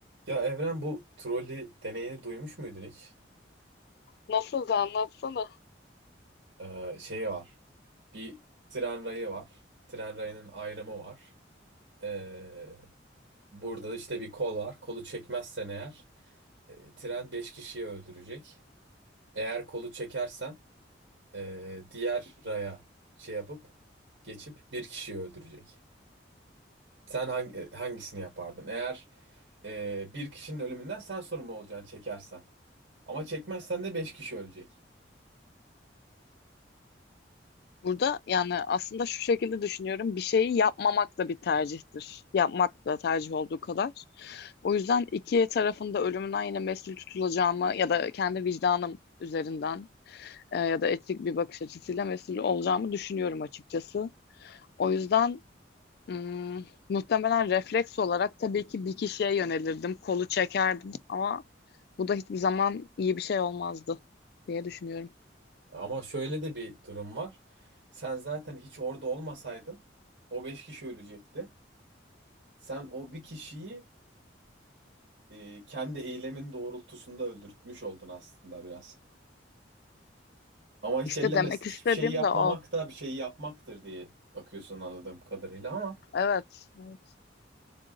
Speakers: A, on the right; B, on the left.
A: Ya Evren bu trolley deneyini duymuş muydun hiç?
B: Nasıl da anlatsana.
A: Ee, şey var. Bir tren rayı var. Tren rayının ayrımı var. Ee, burada işte bir kol var. Kolu çekmezsen eğer e, tren 5 kişiyi öldürecek. Eğer kolu çekersen e, diğer raya şey yapıp geçip bir kişiyi öldürecek. Sen hangi, e, hangisini yapardın? Eğer e, bir kişinin ölümünden sen sorumlu olacaksın çekersen. Ama çekmezsen de 5 kişi ölecek.
B: Burada yani aslında şu şekilde düşünüyorum. Bir şeyi yapmamak da bir tercihtir. Yapmak da tercih olduğu kadar. O yüzden iki tarafında ölümünden yine mesul tutulacağımı ya da kendi vicdanım üzerinden e, ya da etik bir bakış açısıyla mesul olacağımı düşünüyorum açıkçası. O yüzden hmm, muhtemelen refleks olarak tabii ki bir kişiye yönelirdim, kolu çekerdim ama bu da hiçbir zaman iyi bir şey olmazdı diye düşünüyorum.
A: Ama şöyle de bir durum var. Sen zaten hiç orada olmasaydın o beş kişi ölecekti. Sen o bir kişiyi e, kendi eylemin doğrultusunda öldürtmüş oldun aslında biraz. Ama hiç
B: İşte
A: ellemez.
B: demek
A: Hiçbir
B: istediğim
A: şey yapmamak
B: de o.
A: da bir şey yapmaktır diye bakıyorsun anladığım kadarıyla ama.
B: Evet. evet.